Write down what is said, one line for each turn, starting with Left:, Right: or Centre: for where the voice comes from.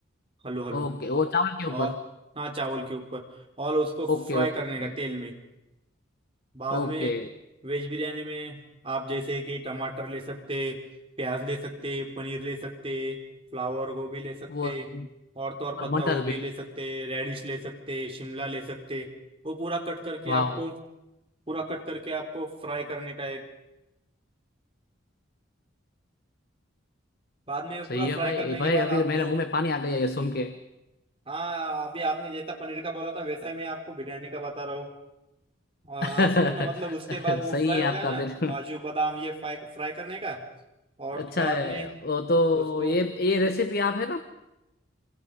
Right: Hello hello
Left: ओके वो चावल के
Right: और
Left: ऊपर
Right: हाँ चावल के ऊपर और उसको फ्राई
Left: Okay okay
Right: करने का तेल में बाद
Left: okay
Right: में वेज बिरयानी में आप जैसे कि टमाटर ले सकते प्याज ले सकते पनीर ले सकते फ्लावर गोभी ले सकते
Left: वो
Right: और तो और
Left: और
Right: पत्ता
Left: मटर
Right: गोभी
Left: भी
Right: ले सकते रेडिश ले सकते शिमला ले सकते वो पूरा कट करके
Left: वाह
Right: आपको पूरा कट करके आपको फ्राई करने का है बाद में वो
Left: सही
Right: पूरा
Left: है
Right: फ्राई
Left: भाई
Right: करने
Left: ए भाई
Right: के बाद
Left: अभी
Right: आप तो
Left: मेरे मुंह में पानी आ गया ये सुन के
Right: हाँ अभी आपने जैसा पनीर का बोला था वैसा ही मैं आपको बिरयानी का बता रहा हूँ हाँ
Left: <laughs>
Right: हाँ सुनो ना मतलब उसके बाद वो
Left: सही
Right: फ्राई हो
Left: है
Right: गया
Left: आपका
Right: ना
Left: फिर
Right: काजू बादाम ये फ्राई फ्राई करने का
Left: <laughs>
Right: और
Left: अच्छा
Right: बाद
Left: है
Right: में
Left: वो तो
Right: उसको
Left: ये ये रेसिपी आप है ना